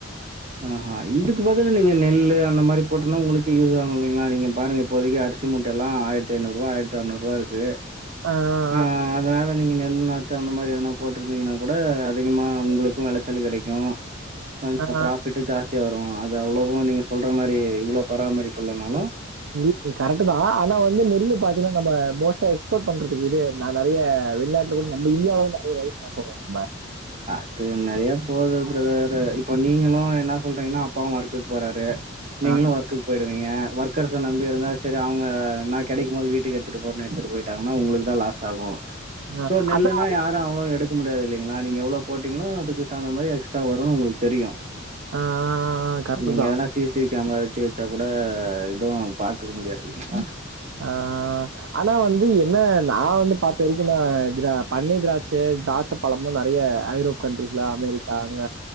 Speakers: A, on the right (about 35°); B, on the right (about 75°).
A: ஆ ஆ இதுக்கு பதில் நீங்க நெல்லு அந்த மாரி போட்டனா உங்களுக்கு யூஸ் ஆகும் இல்லீங்ளா நீங்க பாருங்க இப்போதைக்கு அரிசி மூட்டல்லாம் ஆயிரத் த்துநூறு ரூவா ஆயிரத்தி ஆர்னூ ரூவா இருக்கு
B: அ
A: ஆ அத அத நீங்க நெல் நாத்து அந்த மாரி எதனா போட்டிருந்தீங்கன்னா கூட அதிகமாக உங்ளுக்கு வெளச்சல் கெடைக்கும் கொஞ்சம்
B: ஆ, ஆ.
A: ப்ராஃபிட்டு ஜாஸ்தியா வரும் அது அவ்வளோவோ நீங்க சொல்ற மாரி இவ்வளோ பராமரிப்பு இல்லனாலும்
B: இல்ல கரெக்டுதா ஆனா வந்து நெல்லு பாத்தீன்னா நம்ப மோஸ்டா எக்ஸ்போர்ட் பண்றது இது நா நெறைய வெளிநாட்டுல கூட நம்ம இந்தியாவுல வந்து நறைய வாங்கி சாப்பிடுறோம் நம்ம
A: அது நிறைய போது பிரதர் இப்ப நீங்களும் என்ன சொல்றீங்கன்னா அப்பாவும் ஒர்க்குக்கு போறாரு நீங்களும்
B: ஆ,
A: ஒர்க்கு போயிடுவீங்க ஒர்கர்ஸ நம்பி இருந்தா செரி அவங்க நா கெடைக்கும் மோது வீட்டுக்கு எடுத்துட்டு போறனு எடுத்துட்டு போயிட்டாங்கன்னா உங்களுக்குதா லாஸ் யூஸ் ஆகும்
B: ஆ
A: சோ நெல்லுன்னா
B: அதான்
A: யாரும் அவ்ளோ எடுக் க முடியாது இல்லீங்களா நீங்க எவ்வளோ போட்டீங்ளோ அதுக்கு தகுந்த மாரி எக்ஸ்ட்ரா வருனு உங்ளுக்கு தெரியும்
B: ஆ, ஆ, ஆ கரெக்ட்டு
A: நீங்க
B: தான்.
A: எதனா C C T V camera வச்சு வச்சா கூட எதுவும் பாக் க்க முடியாது இல்லீங்ளா
B: ஆ ஆனா வந்து என்ன நா வந்து பாத்த வரைக்கும் நா திரா பன்னீர் திராட்ச சாத் சப்பழம்லா நறைய ஐரோப் கண்ட்ரீஸ்ல அமெரிக்கா அங்க